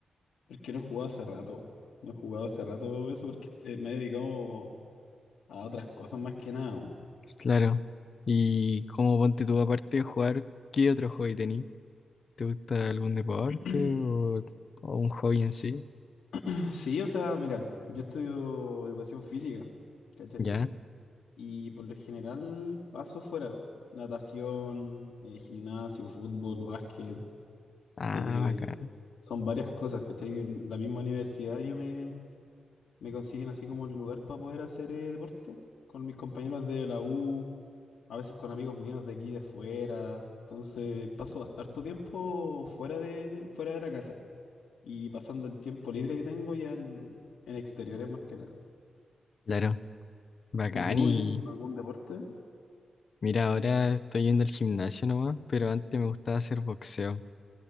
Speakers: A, on the left; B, on the left.
A: porque no he jugado hace rato. No he jugado hace rato eso porque eh, me he dedicado a otras cosas más que nada. weón.
B: Claro. ¿Y cómo ponte tú aparte de jugar? ¿Qué otro hobby tení? ¿Te gusta algún deporte
A: <clears throat>
B: o, o un hobby
A: S-
B: en sí?
A: Sí, o sea, mira, yo estudio educación física, ¿cachai?
B: ¿Ya?
A: Y por lo general paso fuera. Natación, eh, gimnasio, fútbol, básquet,
B: Ah,
A: eh,
B: bacán.
A: son varias cosas, ¿cachai? En la misma universidad yo me, me consiguen así como el lugar para poder hacer eh, deporte con mis compañeros de la U, a veces con amigos míos de aquí de fuera. Entonces paso bast- harto tiempo fuera de, fuera de la casa y pasando el tiempo libre que tengo ya en, en exteriores más que nada.
B: Claro, bacán.
A: ¿Y tú
B: Y
A: en algún deporte?
B: mira, ahora estoy yendo al gimnasio nomás, pero antes me gustaba hacer boxeo.